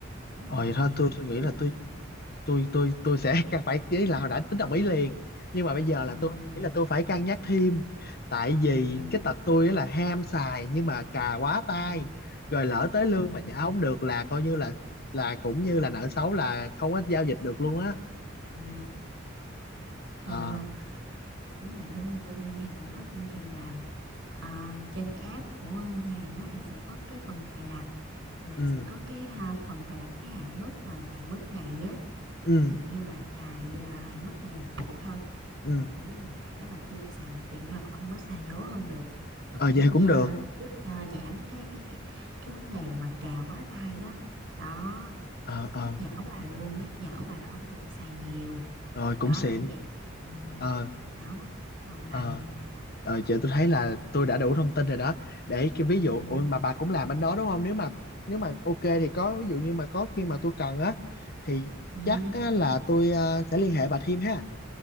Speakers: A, on the right; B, on the left.
A: đúng
B: Ờ
A: rồi
B: vậy thôi tôi nghĩ là
A: ừ
B: tôi tôi tôi tôi sẽ <laughs> cần phải ý là hồi đã tính đồng ý liền. Nhưng mà bây giờ
A: ừ
B: là tôi nghĩ là tôi phải cân nhắc thêm. Tại vì
A: ừ
B: cái tật tôi á là ham xài nhưng mà cà quá tay.
A: ừ
B: Rồi lỡ tới lương
A: ừ
B: mà trả không được là coi như là là cũng như là nợ xấu là không có giao dịch được luôn á.
A: ừ ờ
B: Ờ.
A: với lại bên bên ngân hàng cũng có chương trình làm ờ, trên cái app của ngân hàng á là sẽ có cái phần cài đặt là
B: ừ
A: sẽ có cái ha, phần cài đặt cái hạn mức mà hạn mức ngày á
B: ừ
A: thí dụ như bà cài à, hạn mức ngày một triệu thôi
B: ừ
A: thì bà chỉ một ngày đó bà chỉ được xài một triệu rồi bà không có xài lố hơn được nó
B: ờ
A: cũng
B: vậy cũng
A: à,
B: được
A: giúp cho giảm cái cái cái cái vấn đề là mà cà quá tay đó đó
B: ờ ờ
A: nhắc nhở bà luôn nhắc nhở bà là không được xài nhiều
B: rồi cũng
A: đó
B: xịn
A: kiểu vậy ừ,
B: ờ
A: nó ngon lành
B: ờ ờ giờ tôi thấy là tôi đã đủ thông tin rồi đó để cái ví dụ
A: ừ,
B: ôi mà bà cũng làm bên đó đúng không nếu mà nếu mà ok thì có ví dụ như mà có khi mà tôi cần á thì
A: ừ,
B: chắc á, là tôi ờ, sẽ liên hệ bà thêm ha